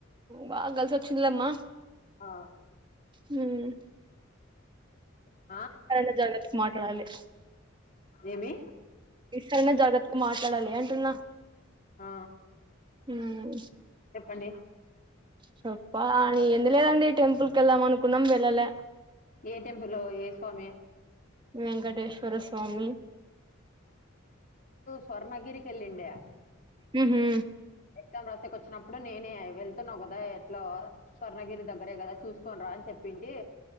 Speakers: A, on the right (about 25°); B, on the left (about 45°).
A: బాగా కలిసి వచ్చిందిలేమ్మా
B: ఆ,
A: హుమ్మ్
B: అ
A: కరనా జగత్త మాట్లాడాలి
B: ఏమి
A: ఈస్తరణ జాగ్రత్తకు మాట్లాడాలి అంటున్నా
B: ఆ
A: హ్మ్మ్
B: అండి
A: చెప్ప అని ఎందు లేదండి టెంపుల్ క వెళ్దాం అనుకున్నాం వెళ్ళలే
B: ఏ టెంపుల్ ఏ స్వామి
A: వెంకటేశ్వర స్వామి
B: స్వర్ణగిరికిల్లిిండే
A: ఉహు
B: గ్ం రసకి వచ్చినప్పుడు నేనే వెళ్తున్నావు కదా ఎట్లో స్వర్ణగిరి దగ్గరే కదా చూసుకోని రా అని చెప్పి పిండే